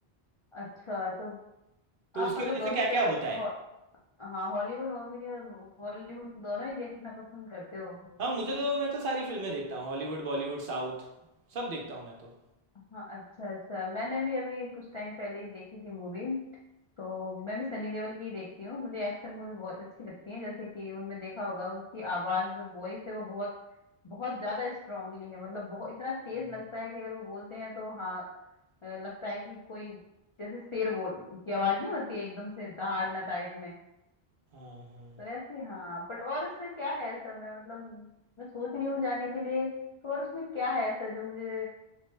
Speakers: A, on the left; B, on the right.
A: अच्छा तो
B: तो
A: आप
B: उसकी
A: मतलब
B: वजह
A: दोनों
B: से क्या
A: तो
B: क्या होता है
A: हो, हाँ हॉलीवुड मूवी और बॉलीवुड दोनों ही देखना पसंद करते हो
B: हाँ मुझे तो मैं तो सारी फिल्में देखता हूँ हॉलीवुड बॉलीवुड साउथ सब देखता हूँ मैं तो
A: हाँ अच्छा अच्छा मैंने भी अभी कुछ टाइम पहले ही देखी थी मूवी तो मैं भी सनी देओल की ही देखती हूँ मुझे एक्शन मूवी बहुत अच्छी लगती है जैसे कि उनमें देखा होगा उसकी आवाज जो वॉइस है वो बहुत बहुत ज्यादा स्ट्रांगली है मतलब बहुत इतना तेज
B: हम्म,
A: लगता है कि अगर वो बोलते हैं तो हाँ अ, लगता है कि कोई जैसे शेर बोल की आवाज नहीं होती है एकदम से दहाड़ना
B: हाँ
A: टाइप में
B: हाँ हाँ।
A: तो ऐसी हाँ बट और उसमें क्या है ऐसा मैं मतलब मैं सोच रही हूँ जाने के लिए तो और उसमें क्या है ऐसा जो मुझे